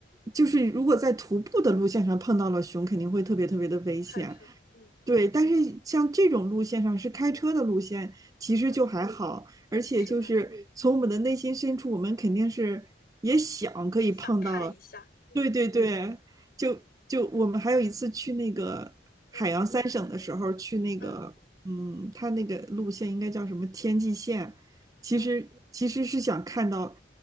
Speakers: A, on the right; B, on the left.
A: 就是如果在徒步的路线上碰到了熊，肯定会特别特别的危险。
B: 害怕，嗯
A: 对，但是像这种路线上是开车的路线，其实就还好，
B: 嗯，嗯
A: 而且就是从我们的内心深处，
B: 是吧？
A: 我们肯定是也想可以碰到。
B: 想看一下，嗯
A: 对对对，就就我们还有一次去那个海洋三省的时候，
B: 嗯
A: 去那个嗯，
B: 嗯
A: 它那个路线应该叫什么天际线，其实其实是想看到
B: 嗯。